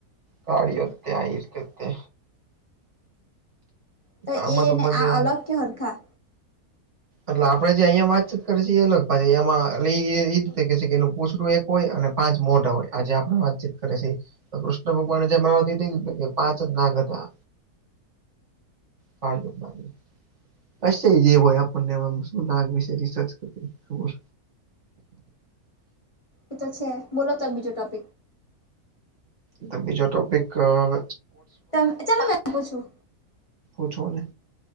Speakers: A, on the right; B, on the left.
A: કાડીયો ત્યાં આઈસ તત તે.
B: તો
A: આમાં
B: એન
A: બધે
B: આ અલગ કે હરખા?
A: એટલે આપડે જે અહિયા વાતચીત કરે છે એ અલગ પાહી એમાં ઈ એરીતના કે એનું પોછડું એક હોય અને પાંચ મોઢા હોય આજે આપણે વાતચીત કરે છે એ. તો કૃષ્ણ ભગવાન જમા આવતી તી પાંચ જ નાગ હતા. હા જે પાણી બસ થઈ જય બોય હા. પણ ને આમ શું નાગ વિશે રિસર્ચ કરી ખબર.
B: એ તો છે બોલો તો બીજો ટોપિક.
A: તો બીજો ટોપિક અહ
B: ત ચાલો મે આપું છું.
A: ઓ છો ને.